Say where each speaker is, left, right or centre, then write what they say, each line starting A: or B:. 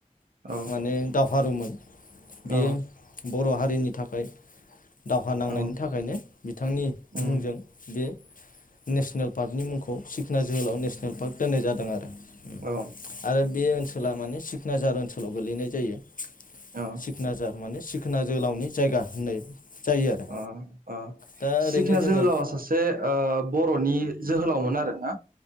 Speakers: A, on the right; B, on the left.
A: औ
B: माने दावहारुमोन बियो
A: औ
B: बर' हारि रिनि थाखाय दावहा नांनायनि
A: औ
B: थाखायनो बिथांनि
A: उम
B: मुंजों बे नेसनेल पार्कनि मुंखौ सिखना जोहोलाव नेसनेल पार्क दोननाय जादों आरो ओम
A: औ
B: आरो बे ओन सोला माने सिख नाजार ओनसोलाव गोलैनाय जायो।
A: औ
B: सिखनाजार माने सिखोना जोहोलावनि जायगा होननाय जायो आरो
A: अ अ
B: दा ओरैनो
A: सिखना
B: जोङो
A: जोहोलावा सासे ओ बर'नि जोहोलावमोन आरो ना।